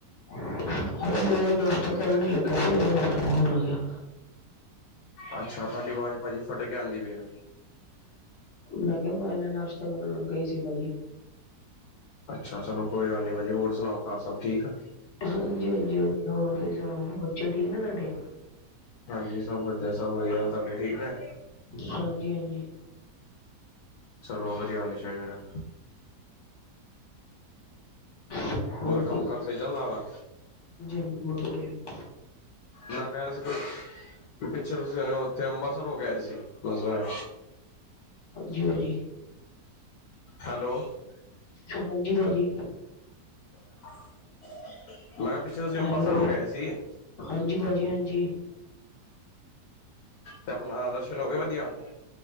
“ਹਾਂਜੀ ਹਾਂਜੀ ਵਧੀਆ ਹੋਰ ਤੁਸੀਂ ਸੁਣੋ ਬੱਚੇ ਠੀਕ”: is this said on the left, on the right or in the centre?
Left